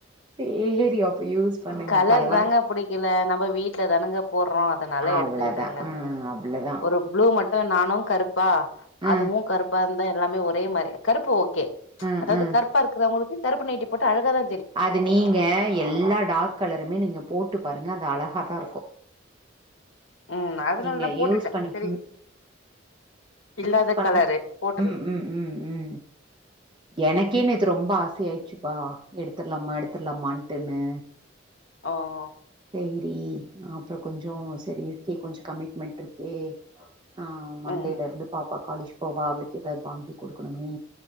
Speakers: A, on the right; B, on the left.
A: சேரி அப்ப யூஸ் பண்ணுங்க
B: கலர்
A: பரவால்ல
B: தாங்க புடிக்கல நம்ம வீட்டுல தானங்க போடுறோ அதனால
A: அவ்ளதான்
B: எடுத்துக்கிட்டேங்க
A: ஆ அவ்ளதான்
B: ஒரு ப்ளூ மட்டு நானுப கருப்பா
A: ஆ
B: அதுவு கருப்பாருந்தா எல்லாமே ஒரே மாரி கருப்பு ஓக்கே ம்ச்
A: ஆ
B: அதாவது
A: ஆ
B: கருப்பா இருக்குறவுங்களுக்கு கருப்பு நைட்டி போட்டா அழகா தா
A: அது நீங்க எல்லா டார்க் கலருமே நீங்க போட்டு பாருங்க அது அழகா தா இருக்கு
B: ம் அதனாலதா
A: நீங்க
B: போட்டுட்டே
A: யூஸ் பண்ணிப்போமே
B: சரி இல்லாத
A: யூஸ் பண்
B: கலரு போட்டுர்லா
A: உம் உம் உம் உம் எனக்கே
B: இல்
A: நேத்து ரொம்ப ஆசையாயிடுச்சுப்பா எடுத்துடலாமா எடுத்துடலாமான்ட்டுன்னு
B: ஆ ஆ
A: சேரி அப்புறோ கொஞ்சு சேரி இருக்கே கொஞ்சு கமிட்மெண்ட் இருக்கே ஆ மண்டேலருந்து
B: ம்
A: பாப்பா காலேஜ் போவா அவளுக்கு எதாவது வாங்கி கொடுக்கணுமே